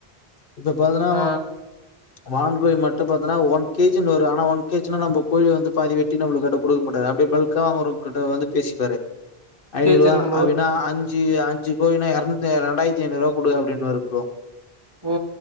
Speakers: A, on the left; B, on the right.
A: இப்ப பாதினா
B: ஆ
A: வான் கோழி மட்டு பாத்தன்னா ஒன் கேஜி நூறு அ ஆனா ஒன் கேச்சுனா நம்ப கோழிய வந்து பாதி வெட்டி நம்ளுக்காண்ட குடுக்க மாட்டாரு அப்டே பல்க்கா வாங்குறவ் கிட்ட வந்து பேசிப்பாரு ஐநூறுவா
B: சேரி சேரிங்க ப்ரோ.
A: அப்பின்னா அஞ்சு அஞ்சு கோழினா எர்னுத் ரெண்டாயித்தி ஐநூறுவா குடு அப்டின்னுவாரு ப்ரோ
B: ஓ!